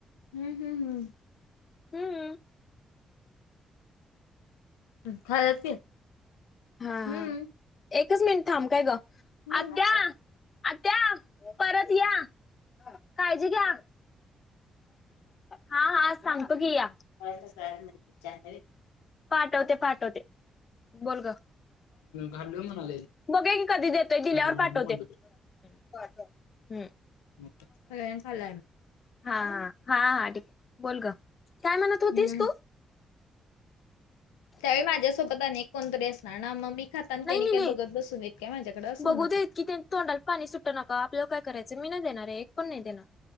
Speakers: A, on the left; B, on the left.
A: हम्म हम्म हम्म
B: हम्म.
A: खालत की.
B: हा हा.
A: हम्म.
B: एकच मिनिट थांब काय ग.
A: न
B: आत्या आत्या परत या. काळजी घ्या हा हा सांगतो की या.
A: <unintelligible> <unintelligible>
B: पाठवते पाठवते बोल गं.
A: खाल्लोय म्हणाले
B: बघू या की कधी देतोय दिल्यावर
A: खाल्लो
B: पाठवते.
A: न म्हणलं
B: हम्म
A: मग सगळ्यांनी खाल्लाय
B: हा हा. हा हा ठीक आहे बोल गं काय म्हणत होतीस
A: हम्म.
B: तू?
A: त्यावेळी माझ्यासोबत आणि एक कोणतरी असणार ना मम्मी खाताना
B: नाही
A: त्यांनी
B: नाही
A: काही
B: नाही
A: बघत बसून देत काय माझ्याकडं अस
B: बघू
A: म्हणत
B: देत
A: होते.
B: की ते तोंडाला पाणी सुट्ट नका आपल्याला काय करायचं मी नाही देणार आहे एक पण नाही देणार.